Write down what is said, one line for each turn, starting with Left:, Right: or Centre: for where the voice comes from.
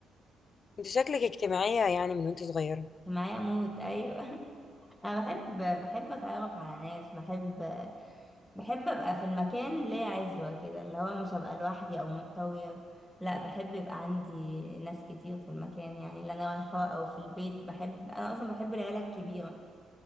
Left: انت شكلك اجتماعيه يعني من وانت صغيره
Centre: معايا موت أيوة <laughs> أنا بحب بحب أتعرف على ناس بحب بحب ابقى في المكان ليا عزوة كده اللي هو مش هبقى لوحدي او منطوية لا بحب يبقى عندي ناس كتير في المكان يعني اللي انا رايحاه او في البيت بحب انا اصلا بحب العيلة الكبيرة